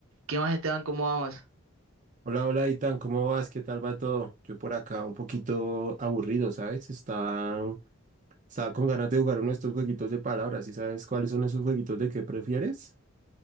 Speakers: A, on the right; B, on the right.
A: ¿Qué más, Esteban? ¿Cómo vamos?
B: Hola, hola, Itan, ¿cómo vas? ¿Qué tal va todo? Yo por acá un poquito aburrido, ¿sabes? Estaba, estaba con ganas de jugar uno de estos jueguitos de palabras. ¿Y sabes cuáles son esos jueguitos de qué prefieres?